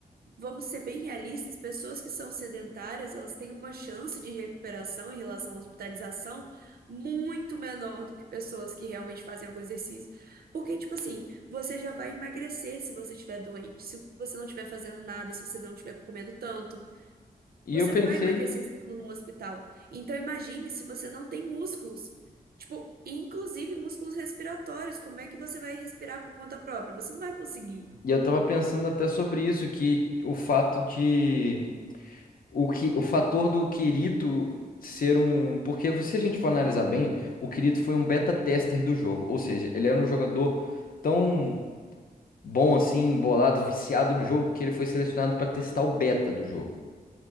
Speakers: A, on the right (about 85°); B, on the left (about 70°).
A: Vamos ser bem realistas, pessoas que são sedentárias, elas têm uma chance de recuperação em relação à hospitalização muito menor do que pessoas que realmente fazem algum exercício. Porque, tipo assim, você já vai emagrecer se você estiver doente, se você não estiver fazendo nada, se você não estiver comendo tanto,
B: E
A: você
B: eu pensei.
A: vai emagrecer estando no hospital. Então, imagine se você não tem músculos. Tipo, inclusive músculos respiratórios, como é que você vai respirar por conta própria? Você não vai conseguir.
B: E eu tava pensando até sobre isso, que o fato de. O, que, o fator do Kirito ser um. Porque se a gente for analisar bem, o Kirito foi um beta tester do jogo. Ou seja, ele era um jogador tão bom assim, embolado, viciado no jogo, que ele foi selecionado para testar o beta do jogo.